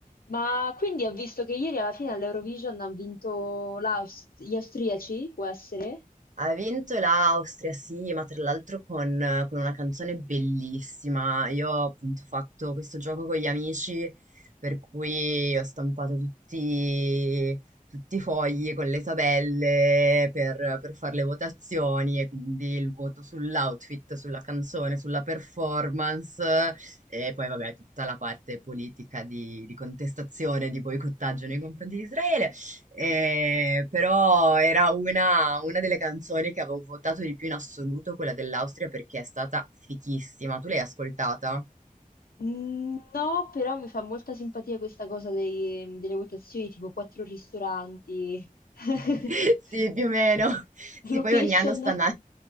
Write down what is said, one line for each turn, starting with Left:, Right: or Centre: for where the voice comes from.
Left: Ma quindi ho visto che ieri alla fine all'Eurovision hanno vinto l'Aust- gli austriaci, può essere?
Right: Ha vinto l'Austria, sì, ma tra l'altro con, con una canzone bellissima. Io ho appunto fatto questo gioco con gli amici, per cui ho stampato tutti, tutti i fogli con le tabelle per, per fare le votazioni e quindi il voto sull'outfit, sulla canzone, sulla performance e poi vabbè tutta la parte politica di, di contestazione, di boicottaggio nei confronti di Israele. Eh, però era una, una delle canzoni che avevo votato di più in assoluto, quella dell'Austria, perché è stata fichissima. Tu l'hai ascoltata?
Left: Mm, No, però mi fa molta simpatia questa cosa dei- delle votazioni, tipo quattro ristoranti, <laughs>
Right: <laughs> Sì, più o meno. Sì,
Left: location.
Right: poi ogni anno stanno...